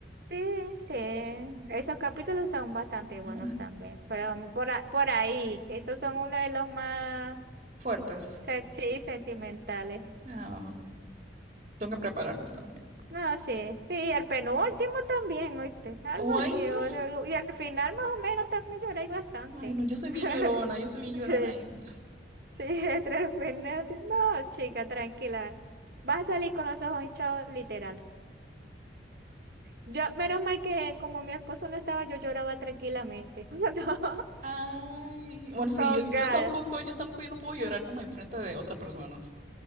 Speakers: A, on the right; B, on the right.
A: sí, sí. Esos capítulos son bastante buenos
B: Ah,
A: también, pero
B: ok.
A: vamos por, a- por ahí, esos son uno de los más
B: Fuertes.
A: sen- sí, sentimentales.
B: Ah, tengo que prepararme también.
A: No, sí, sí, el penúltimo también, ¿oíste? Algo
B: Ay,
A: así,
B: no.
A: o- o- y al final más o menos también lloráis bastante.
B: Ay, no, yo soy bien
A: <laughs>
B: llorona, yo soy bien llorona.
A: Sí.
B: es.
A: Sí, <laughs> Tres Fernández. No, chica, tranquila. Vas a salir con los ojos hinchados, literal. Yo, menos mal que como mi esposo no estaba, yo lloraba tranquilamente. <laughs>
B: Ay, bueno, sí,
A: Con
B: yo,
A: Gara.
B: yo tampoco, yo tampoco, yo no puedo llorar como enfrente de otras personas.